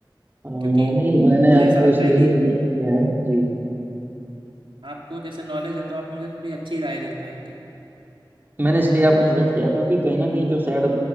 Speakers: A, on the right; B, on the right.
A: आ, नहीं
B: क्योंकि
A: मैंने
B: मुझे
A: आपको
B: ऐसा लगता
A: इसलिए
B: है कि
A: ही सजेस्ट किया है जी
B: आपको जैसे नॉलेज है तो आप मुझे थोड़ी अच्छी राय दे पाएंगे
A: मैंने इसलिए आपको सजेस्ट किया क्योंकि कहीं ना कहीं जो सैड